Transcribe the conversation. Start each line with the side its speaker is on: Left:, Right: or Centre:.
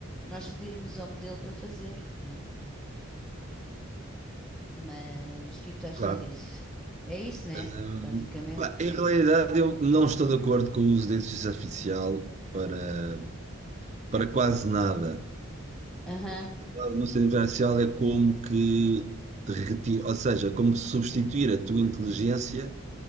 Centre: nós pedirmos ao modelo para fazer, né? Mas o que é que tu achas
Right: claro.
Centre: disso? É isso, né?
Right: Hum,
Centre: Basicamente.
Right: Pá, Em realidade, eu não estou de acordo com o uso da inteligência artificial para, para quase nada.
Centre: Aham,
Right: A mudança vivencial é como que te retira, ou seja, como substituir a tua inteligência,